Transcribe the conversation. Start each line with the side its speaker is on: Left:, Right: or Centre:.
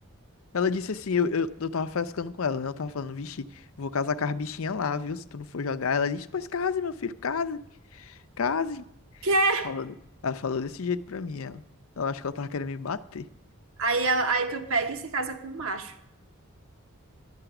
Left: Ela disse assim, eu, eu, eu tava frescando com ela, né? Eu tava falando, vixe, vou casar com as bichinhas lá, viu? Se tu não for jogar. Ela disse, pois case, meu filho, case, case.
Right: Quê?
Left: Falando. Ela falou desse jeito pra mim, ela. Eu acho que ela tava querendo me bater.
Right: Aí, ela- aí tu pega e se casa com o macho.